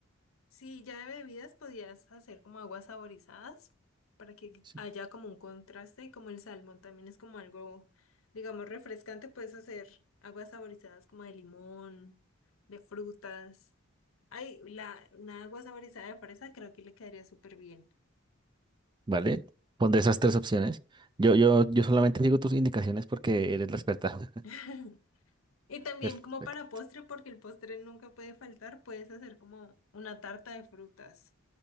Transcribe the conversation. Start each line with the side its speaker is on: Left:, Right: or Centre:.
Left: Sí, ya de bebidas podías hacer como aguas saborizadas para que
Right: Sí.
Left: haya como un contraste y como el salmón también es como algo, digamos, refrescante, puedes hacer aguas saborizadas como de limón, de frutas. Ay, la, una agua saborizada de fresa creo que le quedaría súper bien.
Right: ¿vale? Pondré esas tres opciones. Yo, yo, yo solamente digo tus indicaciones porque eres la experta.
Left: <laughs>
Right: <laughs>
Left: Y también
Right: Perfecto.
Left: como para postre, porque el postre nunca puede faltar, puedes hacer como una tarta de frutas